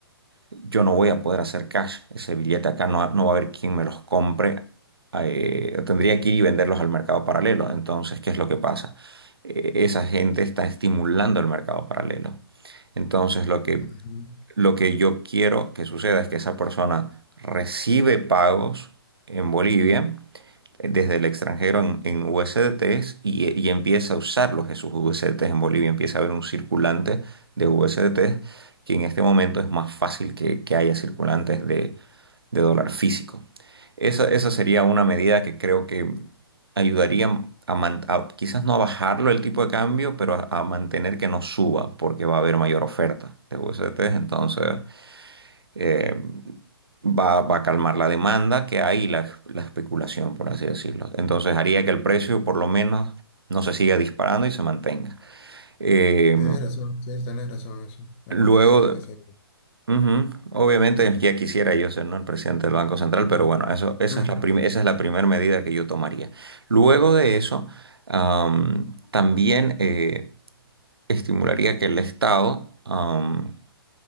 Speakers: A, on the right; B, on the left.
A: yo no voy a poder hacer cash. Ese billete acá no, no va a haber quien me los compre. eh, tendría que ir y venderlos al mercado paralelo. Entonces, ¿qué es lo que pasa? Eh, esa gente está estimulando el mercado paralelo. Entonces, lo que,
B: ujú.
A: lo que yo quiero que suceda es que esa persona recibe pagos en Bolivia eh, desde el extranjero en, en USDTs y, y empieza a usarlos esos USDTs en Bolivia, empieza a haber un circulante de USDTs que en este momento es más fácil que, que haya circulantes de, de dólar físico. Esa, esa sería una medida que creo que ayudaría a, man- a- quizás no a bajarlo el tipo de cambio, pero a, a mantener que no suba, porque va a haber mayor oferta de USDT. Entonces, eh, va, va a calmar la demanda que hay y la, la especulación, por así decirlo. Entonces, haría que el precio, por lo menos, no se siga disparando y se mantenga. Eh,
B: Tienes razón, sí, tienes razón, eso. Es
A: luego,
B: bueno, esa, esa idea.
A: Ujú. Obviamente ya quisiera yo ser, ¿no? el presidente del Banco Central, pero bueno, eso, esa
B: Ah,
A: es la prim- esa es la primera medida que yo tomaría. Luego de eso, am, también eh, estimularía que el Estado am,